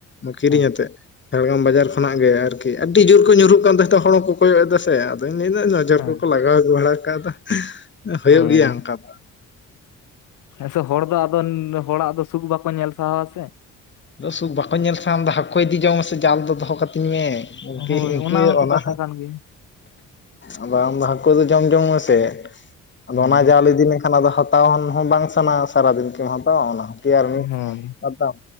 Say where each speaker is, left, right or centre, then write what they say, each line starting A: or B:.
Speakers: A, on the left; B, on the left.
A: ᱠᱤᱨᱤᱧ
B: ᱦᱳᱭ
A: ᱟᱛᱮᱜ ᱡᱷᱟᱲᱜᱨᱟᱢ ᱵᱟᱡᱟᱨ ᱠᱷᱚᱱᱟᱜ ᱜᱮ ᱟᱨᱠᱤ ᱟᱹᱰᱤ ᱡᱳᱨ ᱠᱚ ᱧᱩᱨᱩᱜ ᱠᱟᱱ ᱛᱟᱦᱮᱸᱫᱚᱜ ᱦᱚᱲ ᱦᱚᱸᱠᱚ ᱠᱚᱭᱚᱜ ᱮᱫᱟ ᱥᱮ ᱟᱫᱚᱧ ᱞᱟᱹᱭᱮᱫᱫᱟ ᱚᱡᱚᱨ
B: ᱦᱳᱭ
A: ᱠᱚᱠᱚ ᱞᱟᱜᱟᱣ ᱟᱹᱜᱩ ᱵᱟᱲᱟ ᱟᱠᱟᱫᱟᱫᱟ ᱦᱩᱭᱩᱜ
B: ᱦᱳᱭ
A: ᱜᱮᱭᱟ ᱚᱱᱠᱟ ᱫᱚ
B: ᱦᱮᱸᱥᱮ ᱦᱚᱲ ᱫᱚ ᱟᱫᱚ ᱦᱚᱲᱟᱜ ᱫᱚ ᱥᱩᱠ ᱵᱟᱠᱚ ᱧᱮᱞ ᱥᱟᱦᱟᱣᱟ ᱥᱮᱮ
A: ᱫᱚ ᱥᱩᱠ ᱵᱟᱠᱚ ᱧᱮᱞ ᱥᱮ ᱟᱢᱫᱟ ᱦᱟᱹᱠᱩ ᱠᱚ ᱤᱫᱤ ᱡᱚᱝ ᱢᱮᱥᱮ ᱡᱟᱞ ᱫᱚ ᱫᱚᱦᱚ ᱠᱟᱹᱛᱤᱧ ᱢᱮ ᱜᱚᱝᱠᱮ
B: ᱦᱳᱭ
A: ᱤᱱᱠᱟᱹ
B: ᱦᱚᱸᱛᱚ
A: ᱚᱱᱟ
B: ᱠᱟᱛᱷᱟ
A: ᱦᱮᱸ
B: ᱠᱟᱱ ᱜᱮᱭᱟ
A: ᱟᱫᱚ ᱟᱢᱫᱚ ᱦᱟᱹᱠᱩ ᱫᱚ ᱡᱚᱢ ᱡᱚᱝ ᱢᱮᱥᱮ ᱟᱫᱚ
B: ᱦᱩᱸ
A: ᱚᱱᱟ ᱡᱟᱞ ᱤᱫᱤ ᱞᱮᱠᱷᱟᱱ ᱟ ᱦᱟᱛᱟᱣ ᱦᱚᱸ ᱵᱟᱝ ᱥᱟᱱᱟᱼᱟ ᱥᱟᱨᱟᱫᱤᱱ ᱠᱮᱢ ᱦᱟᱛᱟᱣᱟ ᱚᱱᱟ ᱦᱚᱸ ᱛᱮᱭ ᱟᱨ ᱢᱤᱫ
B: ᱦᱳᱭ
A: ᱦᱟᱛᱟᱣ